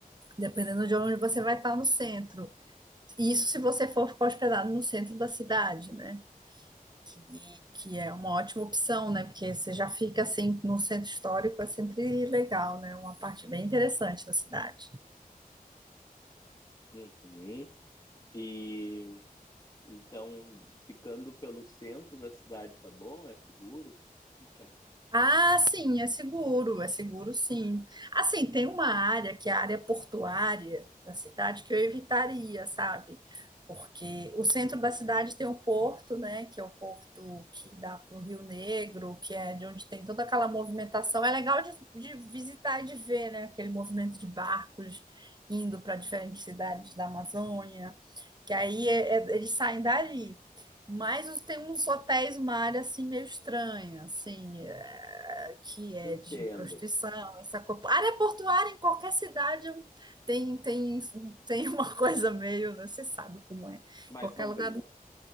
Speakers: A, on the right (about 30°); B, on the left (about 25°).
A: dependendo de onde você vai estar no centro. Isso se você for ficar hospedado no centro da cidade, né? que, que é uma ótima opção, né? Porque você já fica assim no centro histórico, é sempre legal, né? Uma parte bem interessante da cidade.
B: Uhum. E então, ficando pelo centro da cidade, tá bom? É seguro? Como que é?
A: Ah, sim, é seguro, é seguro sim. Assim, tem uma área que é a área portuária da cidade que eu evitaria, sabe? Porque o centro da cidade tem o porto, né? Que é o porto que dá para o Rio Negro, que é de onde tem toda aquela movimentação. É legal de, de visitar e de ver, né? Aquele movimento de barcos indo para diferentes cidades da Amazônia que aí é- é- eles saem dali. Mas os- tem uns hotéis, uma área assim meio estranha, assim, é, que é
B: Entendo.
A: de prostituição, essa coisa. Área portuária em qualquer cidade tem, tem, tem uma <laughs> coisa meio, né, você sabe como é.
B: Mais
A: Qualquer
B: sombria.
A: lugar do